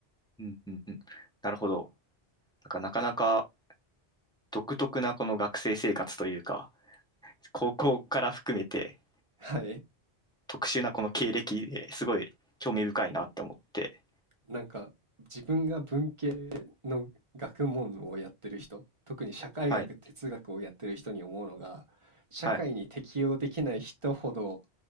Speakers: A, in the centre; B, on the right.
A: うんうんうん。なるほど。なんかなかなか独特なこの学生生活というか、高校から含めて
B: はい。
A: 特殊なこの経歴ですごい興味深いなって思って。
B: なんか、自分が文系の学問をやってる人、特に社会学、
A: はい。
B: 哲学をやってる人に思うのが、社会に適応できない人ほど、
A: はい。